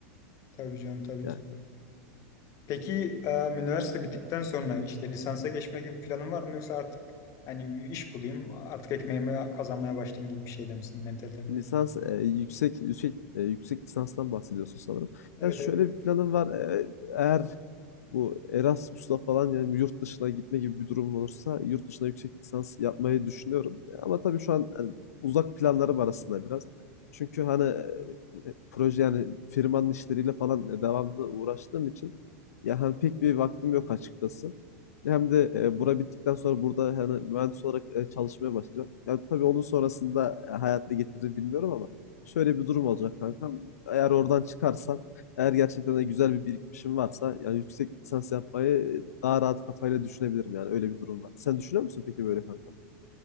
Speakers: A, on the left; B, on the left.
A: Tabii canım tabii
B: Yani.
A: ki. Peki e, üniversite bittikten sonra işte lisansa geçme gibi bir planın var mı yoksa artık hani bir iş bulayım artık ekmeğimi kazanmaya başlayayım gibi bir şeyde misin mentalitemde?
B: Lisans e, yüksek yüksek e, yüksek lisanstan bahsediyorsun sanırım.
A: Evet
B: Ya şöyle
A: evet.
B: bir planım var. E, eğer bu Erasmus'la falan yani yurt dışına gitme gibi bir durum olursa yurt dışına yüksek lisans yapmayı düşünüyorum. Ama tabii şu an hani uzak planlarım arasında biraz. Çünkü hani e, e, proje yani firmanın işleriyle falan e, devamlı uğraştığım için ya hani pek bir vaktim yok açıkçası. Hem de e, bura bittikten sonra burada hani mühendis olarak e, çalışmaya başlayacağım. Yani tabii onun sonrasında e, hayat ne getirir bilmiyorum ama şöyle bir durum olacak kankam. Eğer oradan çıkarsam eğer gerçekten de güzel bir birikmişim varsa yani yüksek lisans yapmayı daha rahat kafayla düşünebilirim yani öyle bir durum var. Sen düşünüyor musun peki böyle kanka?